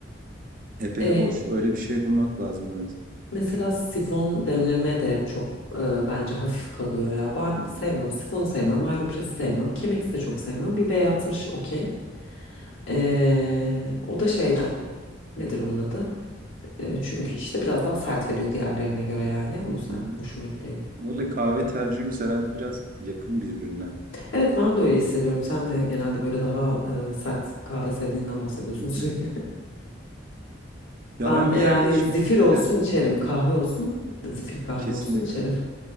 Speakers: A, on the right (about 45°); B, on the left (about 85°).
A: Epey
B: E,
A: hoş. Öyle bir şey bulmak lazım evet.
B: mesela sifon demleme de çok e, bence hafif kalıyor ya. Ben sevmem. Sifonu sevmem. Aeropress'i sevmem. Chemex'i de çok sevmem. Bir V60 okey. E, o da şeyden. Nedir onun adı? E, çünkü işte biraz daha sert veriyor diğerlerine göre yani. O
A: Hı
B: yüzden
A: hı.
B: hoşuma gidiyor.
A: Öyle kahve tercihimiz herhalde biraz yakın birbirine.
B: Evet ben de öyle hissediyorum. Sen de genelde böyle daha e, sert kahve sevdiğinden bahsediyorsun
A: Hı hı.
B: sürekli. <laughs>
A: Ya
B: Ben
A: ben
B: e,
A: bir yerde
B: yani
A: içmiştim.
B: zifir olsun
A: Yine
B: içerim. Kahve olsun. Zifir kahve
A: kesinlikle.
B: olsun içerim.